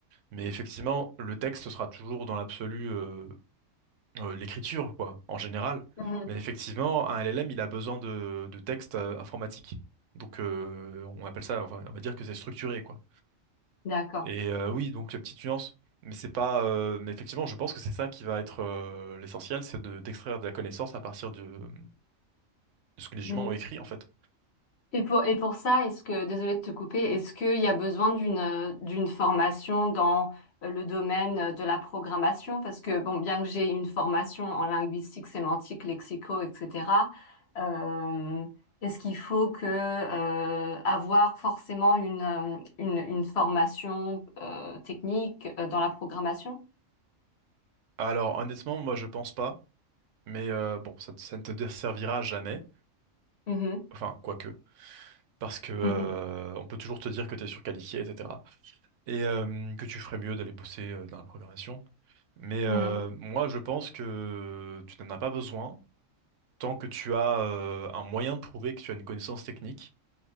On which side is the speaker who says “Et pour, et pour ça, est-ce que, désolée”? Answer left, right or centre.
Left